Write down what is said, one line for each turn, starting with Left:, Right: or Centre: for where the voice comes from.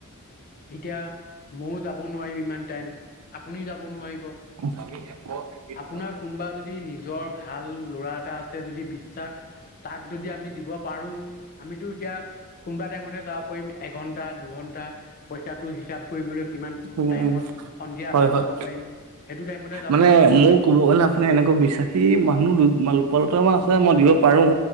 Left: এতিয়া ময়ো যাব নোৱাৰিম ইমান টাইম, আপুনিও যাব নোৱাৰিব।
Right: <unintelligible>
Left: আপোনাৰ কোনোবা যদি নিজৰ ভাল ল'ৰা এটা আছে, যদি বিশ্বাস তাক যদি আমি দিব পাৰোঁ, আমিতো এতিয়া কোনোবা টাইমতে যাব পাৰিম এঘন্টা, দুঘন্টা পইচাটো হিচাপ কৰিবলৈ। কিমান
Right: উম
Left: টাইমত?
Right: উম
Left: সন্ধিয়া
Right: হয়
Left: এপাক
Right: হয়
Left: যাব পাৰিম। সেইটো টাইমত
Right: মানে, মোৰ ক'ব গ'লে আপোনাৰ এনেকুৱা বিশ্বাসী মানুহ দু মল পলটা মান আছে, মই দিব পাৰোঁ।